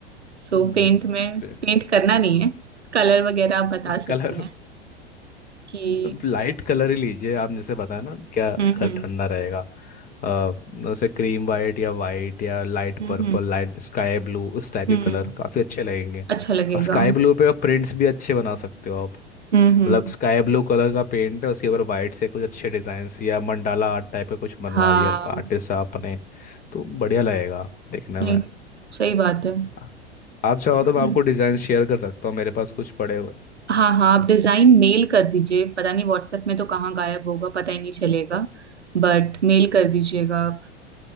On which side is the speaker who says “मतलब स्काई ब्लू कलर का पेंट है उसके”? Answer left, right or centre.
Left